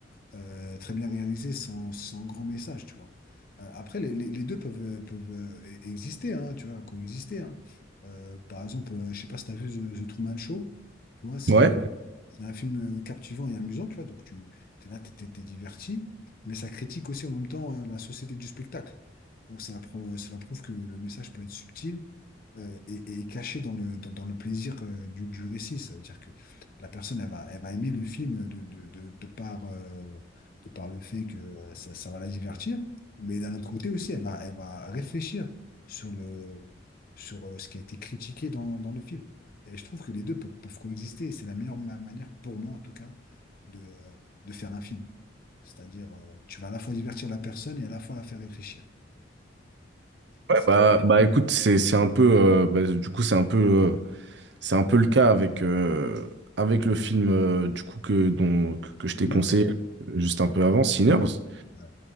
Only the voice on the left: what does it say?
euh, euh, très bien réalisé sans, sans grand message, tu vois. Euh, après, les, les- les deux peuvent, peuvent euh, e-, exister, hein, tu vois, coexister, hein. Euh, par exemple, euh, je sais pas si tu as vu The, The Truman Show, tu vois, c'est
c'est un film euh, captivant et amusant, tu vois. Donc, tu es là, tu es, diverti, mais ça critique aussi en même temps euh, la société du spectacle. Donc, c'est la prou- c'est la que le message peut être subtil euh, et, et caché dans le, dans, dans le plaisir euh, du, du récit. Ça veut dire que la personne, elle va, elle va aimer le film de, de, de, de par, euh, de par le fait que euh, ça, ça va la divertir, mais d'un autre côté aussi, elle va, elle va réfléchir sur le, sur euh, ce qui a été critiqué dans, dans le film. Et je trouve que les deux peuvent, peuvent coexister. Et C'est la meilleure ma- manière, pour moi en tout cas, de, de faire un film. C'est-à-dire, euh, tu vas à la fois divertir la personne et à la fois la faire réfléchir.
C'est
c'est-
une
art.
Ouais,